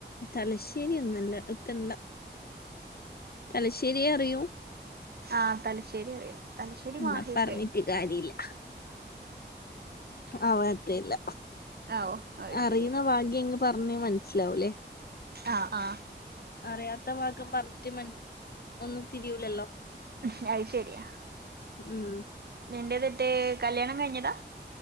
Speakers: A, on the left; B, on the right.
A: തലശ്ശേരി ഒന്നല്ല എത്തണ്ട തലശ്ശേരിയേ അറിയും
B: ആഹ് തലശ്ശേരി അറിയും തലശ്ശേരി
A: എന്നാ
B: മാഹിയൊക്കെ
A: പറഞ്ഞിട്ട് കാര്യല്ല ആവാത്തല്ല.
B: ആഹ് ഓ അത്
A: അറിയുന്ന
B: ശരി
A: ഭാഗം എങ്ങ് പറഞ്ഞേ മനസ്സിലാവൂല്ലേ
B: ആഹ് ആഹ്
A: അറിയാത്ത ഭാഗം പറഞ്ഞിട്ട് മ ഒന്നും തിരിയൂലല്ലോ?
B: ഉം അയ് ശരിയാ
A: ഉം
B: നിന്റെ വീട്ട് കല്യാണം കഴിഞ്ഞതാ?